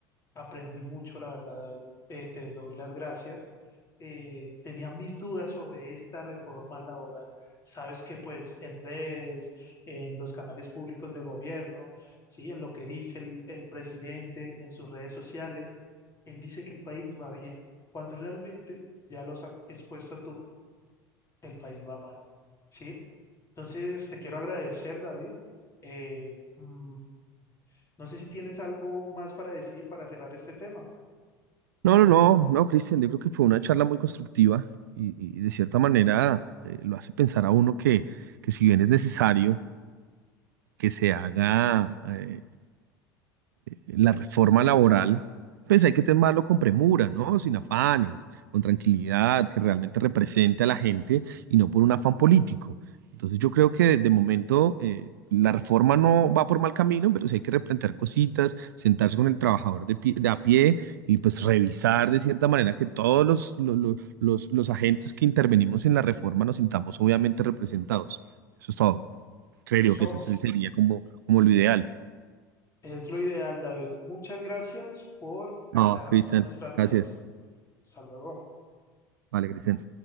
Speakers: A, on the left; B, on the right.
A: Aprendí mucho, la verdad, David. Eh, te doy las gracias. Eh, tenía mis dudas sobre esta reforma laboral. Sabes que pues en redes, en los canales públicos de gobierno, sí, en lo que dice el, el presidente, en sus redes sociales, él dice que el país va bien, cuando realmente, ya lo has expuesto tú, el país va mal, ¿sí? Entonces, te quiero agradecer, David. Eh, mm, no sé si tienes algo más para decir para cerrar este tema.
B: No, no, no, no, Cristian, yo creo que fue una charla muy constructiva y, y de cierta manera eh, lo hace pensar a uno que, que si bien es necesario que se haga eh, la reforma laboral, pues hay que tomarlo con premura, ¿no? Sin afanes, con tranquilidad, que realmente represente a la gente y no por un afán político. Entonces yo creo que de, de momento eh, la reforma no va por mal camino, pero sí hay que replantear cositas, sentarse con el trabajador de, pie- de a pie y pues revisar de cierta manera que todos los, lo- lo- los, los agentes que intervenimos en la reforma nos sintamos obviamente representados. Eso es todo. Creo
A: Listo,
B: que eso
A: much-
B: sería como, como lo ideal.
A: es lo ideal, David. Muchas gracias por aclararnos
B: No, Cristian,
A: nuestras
B: gracias.
A: dudas. Hasta luego.
B: Vale, Cristian.